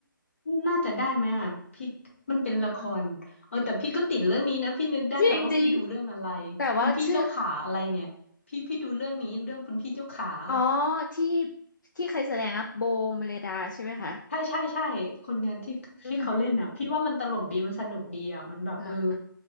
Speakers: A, on the left (about 35°); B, on the left (about 60°).
A: น่าจะได้ไหมอ่ะพี่มันเป็นละครเออแต่พี่ก็ติดเรื่องนี้นะพี่นึกได้แล้วว่าพี่ดูเรื่องอะไร
B: อืมจริงจริงแต่ว่าชื่อ
A: คุณพี่เจ้าขาอะไรเนี่ยพี่พี่ดูเรื่องนี้เรื่องคุณพี่เจ้าขาอะ
B: อ๋อที่ที่เคยแสดงอะโบเมเลดาใช่ไหมคะ
A: ใช่ใช่ใช่คนเนี้ยที่ที่เขาเล่นอ่ะพี่ว่ามันตลกดีมันสนุกดีอ่ะมันแบบเออ
B: อืมอ่า